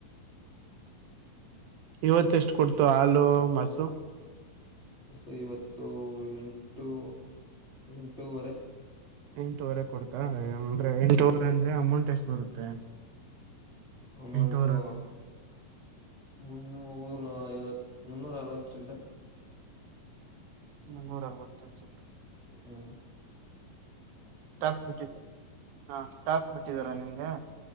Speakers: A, on the right; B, on the left.
A: ಇವತ್ತ ಎಷ್ಟು ಕೊಡ್ತು ಹಾಲು ಮಸು
B: ಸೊ ಇವತ್ತು ಎಂಟು ಎಂಟೂವರೆ
A: ಎಂಟೂುವರೆ ಕೊಡ್ತಾಂದ್ರೆ ಎಂಟೂುವರೆ ಅಂದ್ರೆ ಅಮೌಂಟ್ ಎಷ್ಟು ಬರುತ್ತೆ
B: ಅಮಟು
A: ಎಂಟೂವರೆ
B: ಮುನ್ನೂರ ಐವತ್ ಮುನ್ನೂರ ಅರವತ್ತಲ್ರ
A: ನೂರಲ್ವತ್ತುಚ್ಚಲ್ರಿ
B: ಹ್ಮ
A: ಟಾಸ್ ಬಿಟ್ಟ ಹ ಟಾಸ್ ಬಿಟ್ಟಿದಾರಾ ನಿಮ್ಗೆ